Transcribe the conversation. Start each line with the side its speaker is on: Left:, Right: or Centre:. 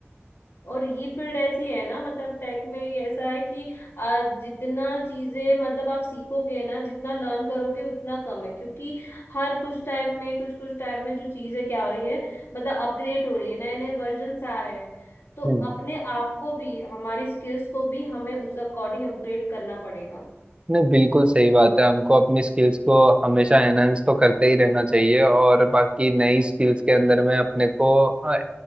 Left: और ये फील्ड ऐसी है ना मतलब टेक में ये ऐसा है कि आ, जितना चीजें मतलब आप सीखोगे ना जितना लर्न करोगे उतना कम है क्योंकि हर कुछ टाइम में कुछ कुछ टाइम में जो चीजें क्या हो रही है मतलब अपग्रेड हो रही है नए नए वर्जन्स आ रहे हैं तो
Right: सही
Left: अपने आप को भी हमारी स्किल्स को भी हमें उस अकॉर्डिंग अपग्रेड करना पड़ेगा
Right: नहीं बिल्कुल सही बात है हमको अपनी स्किल्स को हमेशा एनहेंस तो करते ही रहना चाहिए और बाकी नई स्किल्स के अंदर में अपने को अ,